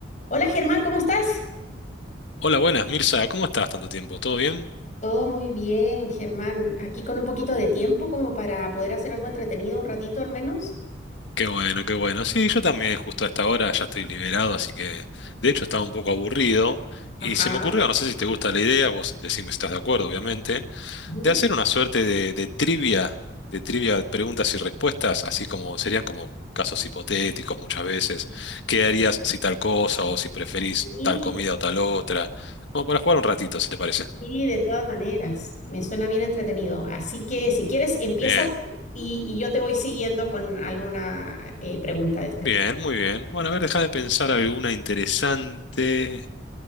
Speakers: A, on the left; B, on the left.
A: Hola Germán, ¿cómo estás?
B: Hola, buenas, Mirza, ¿cómo estás tanto tiempo? ¿Todo bien?
A: Todo muy bien, Germán. Aquí con un poquito de tiempo como para poder hacer algo entretenido un ratito al menos.
B: Qué bueno, qué bueno. Sí, yo también justo a esta hora ya estoy liberado, así que de hecho estaba un poco aburrido y
A: Ajá.
B: se me ocurrió, no sé si te gusta la idea, vos decime si estás de acuerdo, obviamente,
A: ujú.
B: de hacer una suerte de, de trivia, de trivia de preguntas y respuestas, así como serían como casos hipotéticos muchas veces. ¿Qué harías si tal cosa o si preferís
A: Sí,
B: tal comida o tal otra? Como para jugar un ratito, si te parece.
A: sí, de todas maneras. Me suena bien entretenido. Así que si quieres, empieza
B: Bien,
A: tú y, y yo te voy siguiendo con alguna eh, pregunta después.
B: bien, muy bien. Bueno, a ver, déjame pensar alguna interesante.